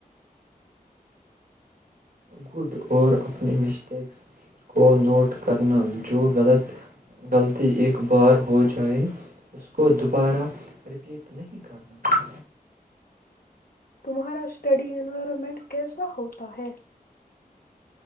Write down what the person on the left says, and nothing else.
تمہارا اسٹڈی انوائرمنٹ کیسا ہوتا ہے